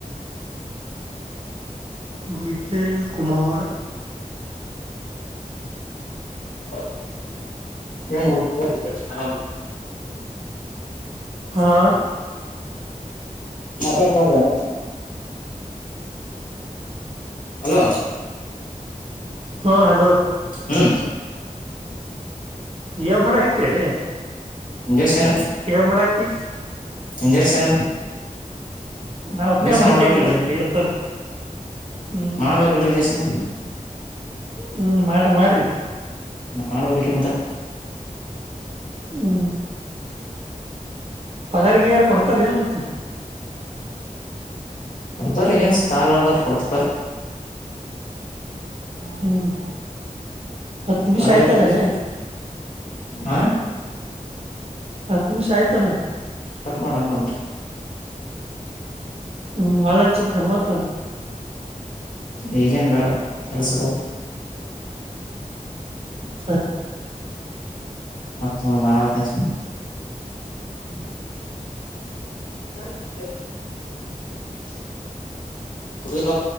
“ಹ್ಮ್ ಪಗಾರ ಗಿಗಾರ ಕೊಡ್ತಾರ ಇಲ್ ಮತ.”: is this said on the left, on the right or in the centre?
Right